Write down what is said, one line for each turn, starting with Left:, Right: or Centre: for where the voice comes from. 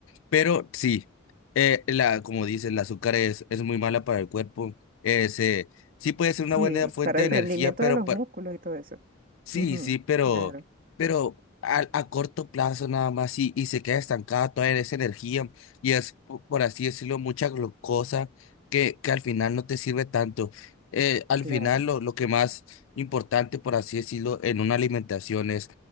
Left: Pero sí, eh, la, como dices, el azúcar es, es muy mala para el cuerpo. Es, eh, se- sí puede ser
Right: Sí,
Left: una buena fuente
Right: para el
Left: de energía,
Right: rendimiento
Left: pero
Right: de los
Left: pa-
Right: músculos y todo eso.
Left: Sí,
Right: Ujú,
Left: sí, pero,
Right: Claro,
Left: pero a, a corto plazo nada más y, y se queda estancada toda esa energía y es, po- por así decirlo, mucha glucosa que, que al final no te sirve tanto. Eh, al
Right: claro.
Left: final lo, lo que más importante, por así decirlo, en una alimentación es